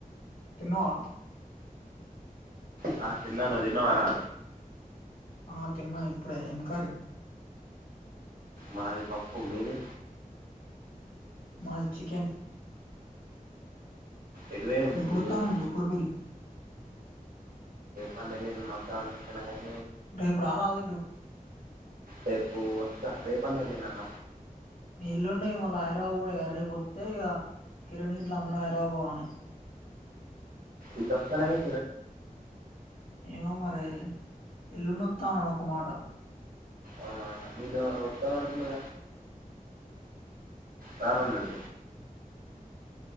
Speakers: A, on the left; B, on the right.
A: తినవ్
B: హా తిన నువు తినవా రా
A: ఆ తెన్నా ఇప్పుడే ఏ కర్రీ
B: మారి పపూ మీరే
A: మా చికెన్
B: ఎటు పోయినావు
A: ఎప్పుడు
B: ఈరోజు
A: వస్తునవ డిజైన్ పల్లి
B: మన మత్తం అిన
A: రేపు ర ర
B: రేపు వస్త రేపు అన ఎల్లుండు అన
A: ఇల్లుండేయి మళ్ళీ ఆయిరావు కూడా ఎర్ర్రిపోతే ఇక కిరణ్ గిట్ల అందరూ అయిరాబోగాని
B: ఇటు వస్తాను అని
A: ఏమో మరే ఎల్లున్న తా అనకో మాట
B: అవునా నిన్న వస్తాను అనుకున్నా చాలాన్నడి